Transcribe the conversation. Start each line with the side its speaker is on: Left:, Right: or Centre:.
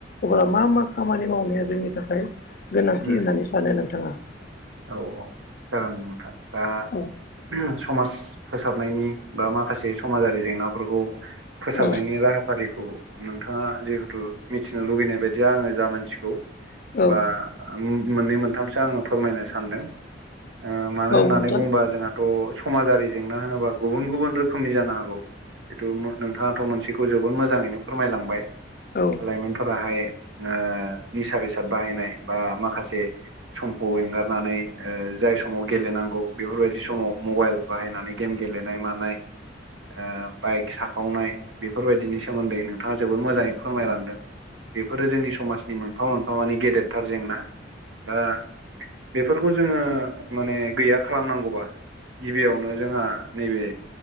Left: अब्ला मा मा खामानि मावनाया जोंनि थाखाय गोनांथि
Right: उम
Left: होननानै सानो नोंथाङा
Right: औ औ जागोन नोंथांझ
Left: औ
Right: ओ समाज फोसाबनायनि बा माखासे समाजारि जेंनाफोरखौ फोसाबनायनि
Left: औ
Right: राहाफारिखौ नोंथाङा जिहेथु मिथिनो लुगैनाय बायदिया आङो जा मानसिखौ
Left: औ
Right: बा मोननै मोनथामसो आङो फोरमायनो सानदों ओ मानो होननानै
Left: औ नोंथां
Right: बुंबा जोंहा थ' समाजारि जेंना होनोबा गुबुन गुबुन रोखोमनि जानो हागौ बेथु नोंथाङाथ' मोनसे खौ जोबोद मोजाङैनो फोरमायलांबाय
Left: औ
Right: लाइ मोनफोराहाय ओ निसा बेसाद बाहायनाय बा माखासे सम एंगार नानै ओ जाय समाव गेलेनांगौ बेफोरबायदि समाव मबाइल बाहायनानै गेम गेलेनाय मानाय ओ बाइक साखावनाय बेफोरबायदिनि सोमोन्दै नोंथाङा जोबोर मोजाङै फोरमायलांदों बेफोरो जोंनि समाजनि मोन मोनफा मोनफा माने गेदेरथार जेंना ओ बेफोरखौ जोङो माने गैया खालामनांगौबा गिबियावनो जोंहा नैबे